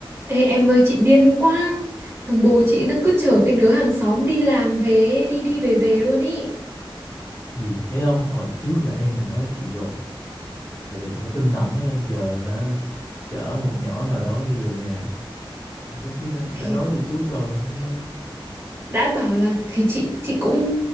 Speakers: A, on the right; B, on the left.
A: Ê, em ơi chị điên quá Thằng bố chị nó cứ chở cái đứa hàng xóm đi làm về Đi đi về về luôn ý
B: gì thấy không hồi trước là em đã nói chị rồi là đừng có tin ổng thấy không giờ hả chở một nhỏ nào đó đi về nhà mà trong khi đã,
A: Thì
B: đã nói từ trước rồi mà không nghe
A: đã bảo là Thì chị chị cũng